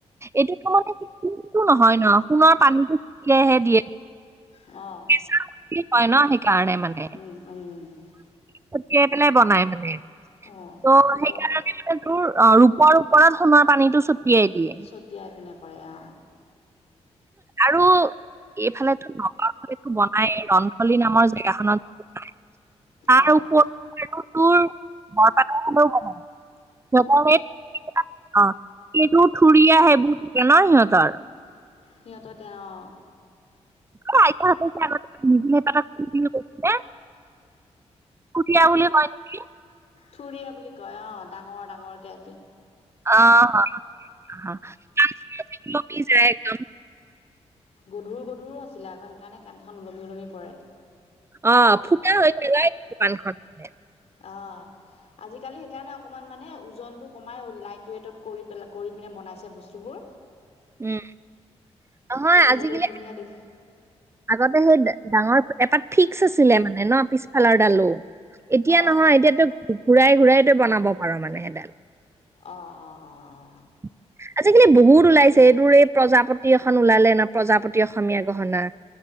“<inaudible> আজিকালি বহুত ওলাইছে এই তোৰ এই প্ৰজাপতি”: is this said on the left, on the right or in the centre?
Right